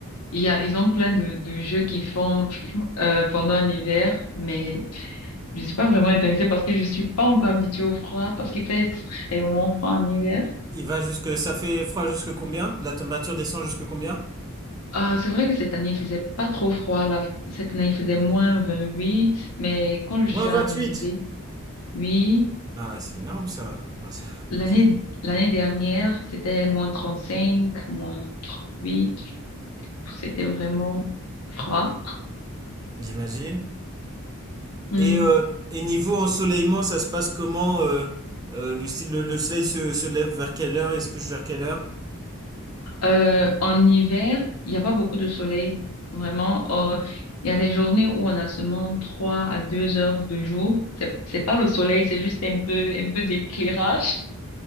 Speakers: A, on the left; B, on the right.
A: Il y a, ils ont plein de, de jeux qu'ils font <laughs> euh, pendant l'hiver, mais je suis pas vraiment intéressée parce que je suis pas encore habituée au froid, parce qu'il fait extrêmement froid en hiver.
B: Il va jusque, ça fait froid jusque combien? La température descend jusque combien?
A: Ah, c'est vrai que cette année, il faisait pas trop froid là. Cette année, il faisait moins 28, mais quand je
B: Moins
A: suis arrivée,
B: 28.
A: oui,
B: Ah ouais, c'est énorme ça. <laughs> Ah, ça-
A: l'année
B: Ok,
A: l'année dernière, c'était moins 35, moins 38. C'était vraiment froid.
B: j'imagine.
A: Hmm.
B: Et, euh, et niveau ensoleillement, ça se passe comment euh, euh, le, style- le, le soleil se, se lève vers quelle heure et se couche vers quelle heure?
A: Euh, en hiver, il n'y a pas beaucoup de soleil, vraiment. Euh, Il y a des journées où on a seulement 3 à 2 heures de jour. C'est c'est pas le soleil, c'est juste un peu un peu d'éclairage.